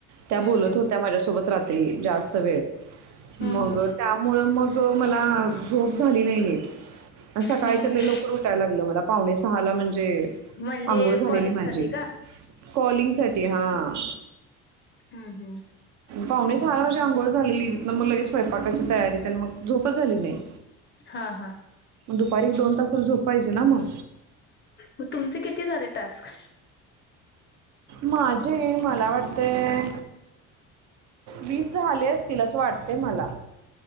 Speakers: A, on the right; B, on the left.
A: त्या
B: हम्म
A: बोलत
B: हम्म
A: होत्या माझ्यासोबत रात्री. रात्री जास्त. <unintelligible>
B: हम्म
A: मग
B: हम्म
A: त्यामुळं मग हो मला झोप झाली नाही नीट. अन सकाळी
B: हम्म
A: तर लई
B: हम्म
A: लवकर उठायला लागलं मला. पावणे सहाला म्हण जे
B: म्हणजे
A: अंघोळ झालेली
B: कॉलिंग
A: माझी
B: साठी का?
A: कॉलिंगसाठी हां
B: हम्म हम्म.
A: पावणे सहा म्हण हे अंघोळ झालेली तिथनं मग लगेच स्वयंपाकाची तयारी तेन मग झोपच झाली नाही.
B: हा हा
A: दुपारी दोन तासाला झोप पाहिजे ना मग?
B: म तुमचे कि ती झाले टास्क?
A: माझे मला वाटतंय वीस झाले असतील असं वाटतंय मला.